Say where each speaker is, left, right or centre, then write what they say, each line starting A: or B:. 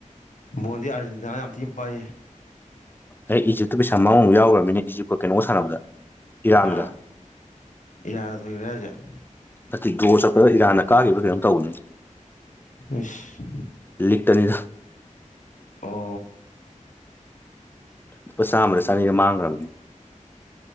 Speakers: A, on the left; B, on the left.
A: ꯕꯣꯟꯗꯤ ꯑꯥꯔꯖꯦꯟꯇꯤꯅꯥꯅ ꯌꯥꯝ ꯊꯤꯅ ꯄꯥꯏꯌꯦ
B: ꯑꯩ ꯏꯖꯤꯞꯇꯨ ꯄꯩꯁꯥ ꯃꯑꯣꯅꯕ ꯌꯥꯎꯈ꯭ꯔꯕꯅꯤꯅ ꯏꯖꯤꯞꯀ ꯀꯩꯅꯣ ꯁꯥꯟꯅꯕꯗ ꯏꯔꯥꯟꯒ
A: ꯀꯅꯥꯅ ꯏꯔꯥꯒ ꯊꯣꯛꯈ꯭ꯔꯦꯁꯦ <unintelligible>
B: ꯅꯠꯇꯦ ꯗꯔꫭ ꯆꯠꯄꯗ ꯏꯔꯥꯟꯅ ꯀꯥꯈꯤꯕ ꯀꯩꯅꯣꯝ ꯇꯧꯕꯅꯤꯅꯦ
A: ꯑꯁ
B: ꯂꯤꯛꯇꯅꯤꯗ
A: ꯑꯣ
B: ꯂꯨꯄꯥ ꯆꯥꯝꯃꯗ ꯆꯥꯅꯤꯗ ꯃꯥꯡꯈ꯭ꯔꯕꯅꯤ